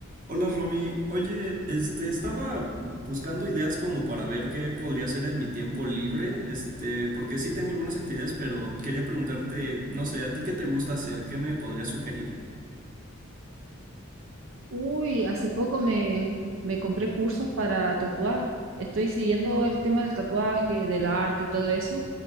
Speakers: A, on the right (about 40°); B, on the right (about 70°).
A: Hola Romy, oye, este, estaba buscando ideas como para ver qué podría hacer en mi tiempo libre, este, porque sí tengo algunas actividades, pero quería preguntarte, no sé, ¿a ti qué te gusta hacer? ¿Qué me podrías sugerir?
B: Uy, hace poco me, me compré cursos para tatuar. Estoy siguiendo el tema del tatuaje, del arte y todo eso.